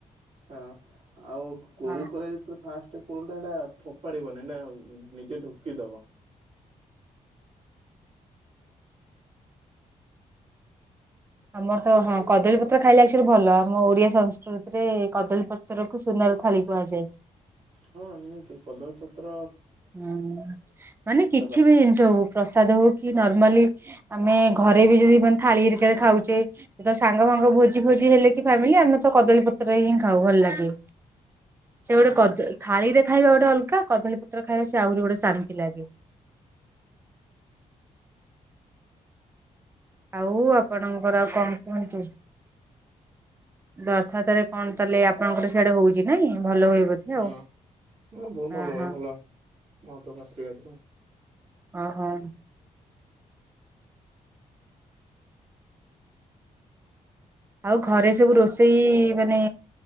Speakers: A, on the right; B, on the right.
A: ହଁ ଆଉ କୋଳି
B: ହଁ
A: ଯେଳେ ଫାଷ୍ଟ କୋ ସେଟା ଫୋପାଡିବନି ନିଜେ ଢୋକିଦବ।
B: ଆମର ତ ହଁ କଦଳୀପତ୍ର ଖାଇଲେ ଆକ୍ଚୁଆଲି ଭଲ ଆମ ଓଡିଆ ସଂସ୍କୃତିରେ କଦଳୀପତ୍ର ତରକୁ ସୁନାର ଥାଳି କୁହାଯାଏ।
A: ହଁ ନିହାତି କଦଳପତ୍ର
B: ହୁଁ ମାନେ କିଛି
A: ବା
B: ବି ଜିନିଷ ହଉ ପ୍ରସାଦ ହଉ କି ନର୍ମାଲି ଆମେ ଘରେ ବି ଯଦି ମାନେ ଥାଳି ରେ ଖାଉଛେ ତ ସାଙ୍ଗ ଭାଙ୍ଗ ଭୋଜି ଭୋଜି ହେଲେ କି ଫାମିଲି ଆମେ ତ କଦଳୀପତ୍ର ହିଁ ଖାଉ ଭଲ ଲାଗେ। ସେ ଗୋଟେ
A: ହୁଁ
B: କ ଥାଳି ଦେଖାଇବା ଗୋଟେ ଅଲଗା କଦଳୀ ପତ୍ର ଖାଇବାସ ଆହୁରି ଗୋଟେ ଶାନ୍ତି ଲାଗେ। ଆଉ ଆପଣଙ୍କର ଆଉ କଣ କୁହନ୍ତୁ। ରଥଯାତ୍ରା ରେ କଣ ତାହେଲେ ଆପଣଙ୍କର ସିଆଡେ ହେଉଛି ନାଇଁ ଭଲ ହୁଏ ବୋଧେ?
A: ହଁ
B: ଆଉ
A: ହ ବହୁତ ଭଲ
B: ଓହୋ।
A: ହୁଏ ଭଲ ମହାପ୍ରଭୁ ଙ୍କ ଅଶ୍ରିବାଦ୍ ରୁ।
B: ଓହୋ। ଆଉ ଘରେ ସବୁ ରୋଷେଇ ମାନେ